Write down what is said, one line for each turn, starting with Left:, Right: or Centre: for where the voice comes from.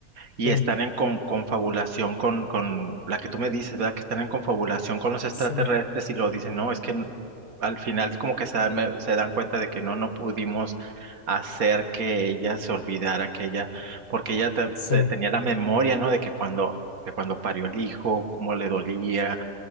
Right: y
Left: sí,
Right: están en con- confabulación con, con la que tú me dices, ¿verdad? Que están en confabulación con los extraterrestres
Left: sí,
Right: y lo dicen, no, es que n- al final como que se dan, me- se dan cuenta de que no, no pudimos hacer que ella se olvidara, que ella, porque ella te-
Left: sí,
Right: te- tenía la memoria, ¿no? De que cuando, que cuando parió el hijo, cómo le dolía